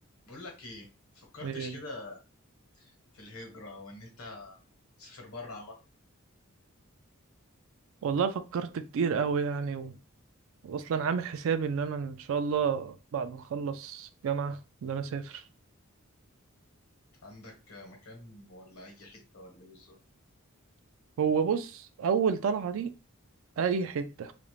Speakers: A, on the left; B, on the right.
A: بقول لك ايه مفكرتش
B: إيه،
A: كده في الهجرة وان انت تسافر بره عامة
B: والله فكرت كتير قوي يعني و- واصلا عامل حسابي ان انا ان شاء الله بعد ما اخلص جامعة ان انا اسافر
A: عندك مكان ولا اي حتة ولا ايه بالظبط
B: هو بص اول طلعة دي اي حتة